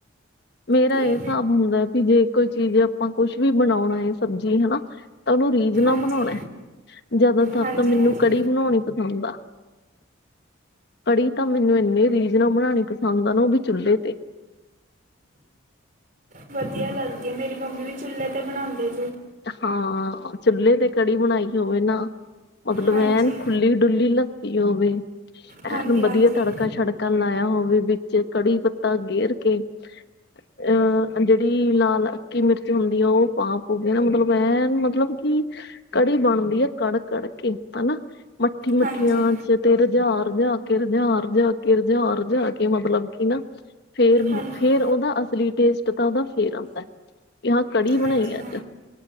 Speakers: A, on the left (about 55°); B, on the right (about 40°).
A: ਮੇਰਾ
B: ਤੇ
A: ਇਹ ਸਾਬ ਹੁੰਦਾ ਵੀ ਜੇ ਕੋਈ ਚੀਜ਼ ਆਪਾਂ ਕੁਛ ਵੀ ਬਣਾਉਣਾ ਐ। ਸਬਜ਼ੀ ਹਨਾਂ? ਤਾਂ ਉਨੂੰ ਰੀਝ ਨਾ
B: ਹਾਂਜੀ
A: ਬਣਾਉਣਾ, ਜਿਆਦਾਤਰ
B: ਹਾਂਜੀ
A: ਤਾਂ ਮੈਨੂੰ
B: ਹਾਂਜੀ
A: ਕੜੀ ਬਣਾਉਣੀ ਪਸੰਦ ਆ। ਕੜੀ ਤਾਂ ਮੈਨੂੰ ਇੰਨੇ ਰੀਜ ਨਾਲ ਬਣਾਉਣੀ ਪਸੰਦ ਆ ਨਾ। ਉਹ ਵੀ ਚੁੱਲ੍ਹੇ ਤੇ।
B: ਵਧੀਆ ਲੱਗਦੀ ਐ, ਮੇਰੀ ਮੰਮੀ ਵੀ ਚੁੱਲ੍ਹੇ ਤੇ ਬਣਾਉਂਦੇ ਜੇ।
A: ਹਾਂ, ਚੁੱਲੇ ਤੇ ਕੜੀ ਬਣਾਈ ਹੋਵੇ ਨਾ, ਮਤਲਬ
B: ਹਾਂਜੀ
A: ਐਨ ਖੁੱਲੀ। ਡੁੱਲੀ ਲੱਸੀ ਹੋਵੇ,
B: ਹਾਂਜੀ
A: ਐਨ ਵਧੀਆ
B: ਹਾਂਜੀ
A: ਤੜਕਾ-ਛਡਕਾ ਲਾਇਆ ਹੋਵੇ ਵਿੱਚ ਕੜੀ ਪੱਤਾ ਗੇਰ ਕੇ। ਅਹ, ਜੇੜੀ ਲਾਲ ਅੱਕੀ ਮਿਰਚ ਹੁੰਦੀ ਆ, ਉਹ ਪਾ ਪ ਮੇਰਾ ਮਤਲਬ ਐ, ਮਤਲਬ ਕਿ ਕੜੀ ਬਣਦੀ ਆ, ਕੜ-ਕੜ ਕੇ ਹਨਾਂ ਮਠ ਮਿੱਠੀ ਮੱਠੀਆਂ
B: ਹਾਂਜੀ
A: ਚ ਤੇ ਰੁਝਾਰ ਜਾ ਕੇ, ਰੁਝਾਰ ਜਾ ਕੇ, ਰੁਝਾਰ ਜਾਕੇ, ਮਤਲਬ ਕਿ ਨਾ। ਫੇਰ-ਫੇਰ
B: ਹਾਂਜੀ ਹਾਂਜੀ
A: ਓਦਾ ਅਸਲੀ ਟੇਸਟ ਤਾਂ ਓਦਾ ਫੇਰ ਆਂਦੈ ਕਿਆ ਕੜੀ ਬਣਾਈ
B: ਹਾਂਜੀ
A: ਐ ਅੱਜ।